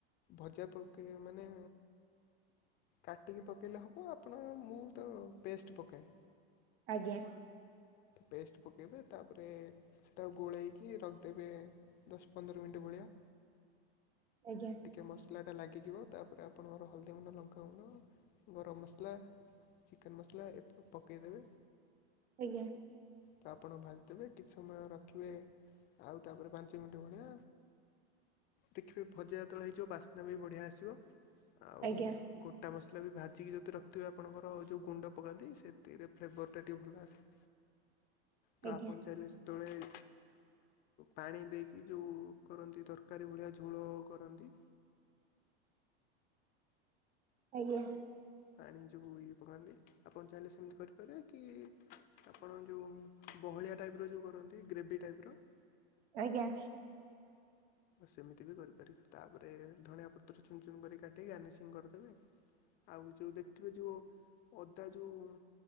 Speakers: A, on the left (about 30°); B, on the right (about 85°).
A: ଭଜା ପକେଇବେ ମାନେ କାଟିକି ପକେଇଲେ ହବ ବ <unintelligible> ମୁଁ ତ ପେଷ୍ଟ ପକାଏ।
B: ଆଜ୍ଞା।
A: ପେଷ୍ଟ ପକେଇବେ ତାପରେ ସେଟାକୁ ଗୋଳେଇକି ର ଦେବେ ଦଶ ପନ୍ଦର ମିନିଟ୍ ଭଳିଆ।
B: ଆଜ୍ଞା।
A: ଟିକେ ମସଲାଟା ଲାଗିଯିବ ତା ପରେ ଆପଣଙ୍କର ହଳଦୀ ଗୁଣ୍ଡ ଲଙ୍କାଗୁଣ୍ଡ ଗରମ ମସଲା ଚିକେନ ମସଲା ଏତକ ପକେଇଦେବେ।
B: ଆଜ୍ଞା।
A: ତ ଆପଣ ଭାଜ ଦେବେ। କିଛି ସମୟ ରଖିବେ ଆଉ ତାପରେ ପାଞ୍ଚ ମିନିଟ ଭଳିଆ ଦେଖିବେ ଭଜା ଯେତେବେଳେ ହେଇଯିବ ବାସ୍ନା ବି ବଢିଆ ଆସିବ ଆଉ
B: ଆଜ୍ଞା
A: ଗୋ ଟା ମସଲା ବି ଭାଜିକି ଯଦି ରଖଥିବେ ଆପଣଙ୍କର ଯୋଉ ଗୁଣ୍ଡ ପକାନ୍ତି ସେଥିରେ ଫ୍ଲେଭରଟା ଟିକେ ଭଲ ଆସେ ତ
B: ଆଜ୍ଞା
A: ଆପଣ ଚାହିଁଲେ ସେତେବେଳେ ପାଣି ଦେଇକି ଯୋଉ କରନ୍ତି ତରକାରୀ ଭଳିଆ ଝୋଳ କରନ୍ତି।
B: ଆଜ୍ଞା।
A: ପାଣି ଯୋଉ ଇଏ ପକାନ୍ତି ଆପଣ ଚାହିଁଲେ ସେମିତି କରିପାରିବେ କି ଆପଣ ଯୋଉଁ ବହଳିଆ ଟାଇପର ଯୋଉ କରନ୍ତି ଗ୍ରେଭି ଟାଇପର -
B: ଆଜ୍ଞା।
A: ସେମିତି ବି କରିପାରିବେ ତାପରେ ଧଣିଆ ପତ୍ର ଚୁନ ଚୁନ କରି କାଟିିକି ଗାର୍ନିସିଂ କରିଦେବେ - ଆଉ ଯୋଉ ଦେଖିଥିବେ ଯୋଉ ଅଦା ଯୋଉ